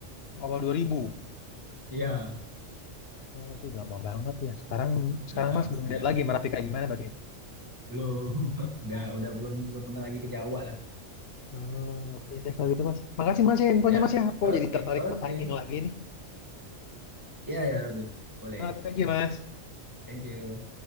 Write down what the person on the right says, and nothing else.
ya
ya
pastilah
belum <laughs> udah udah belum belum pernah lagi ke Jawa lah
ya
oke
oke
Ya, ya, Robi. Boleh.
Thank you.